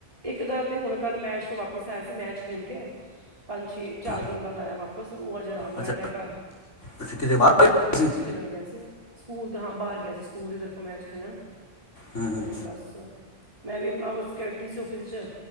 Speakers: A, on the right; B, on the left.
A: ਇੱਕ ਦਾ ਤੇ ਹੁਣ ਕੱਲ ਮੈਚ ਤੋਂ ਵਾਪਿਸ ਆਇਆ ਸੀ ਮੈਚ ਖੇਲ ਕੇ ਪੰਜ ਛੇ ਚਾਰ
B: ਅੱਛਾ
A: ਦਿਨ ਬਾਅਦ ਆਇਆ ਵਾਪਿਸ ਉਹ ਅੱਜ ਆਰਾਮ ਕਰ
B: ਅੱਛਾ
A: ਰਿਹਾ ਘਰ।
B: ਅੱਛਾ, ਕਿਤੇ
A: ਸਕੂਲ
B: ਬਾਹਰ
A: ਦੀ
B: ਗਏ
A: ਤਰਫੋਂ ਮੈਚ
B: ਸੀ
A: ਖੇਡਣ ਗਿਆ ਸੀ ਸਕੂਲ ਤੋਂ ਹਾਂ ਬਾਹਰ ਗਿਆ ਸੀ ਸਕੂਲ ਦੀ ਤਰਫੋਂ ਮੈਚ ਖੇਲਣ
B: ਹੂੰ ਹੂੰ
A: ਤੇ ਬਸ ਮੈਂ ਵੀ ਆਪਣਾ ਵੱਸ ਕੇਠੀ ਸੀ ਆਫਿਸ ਚ'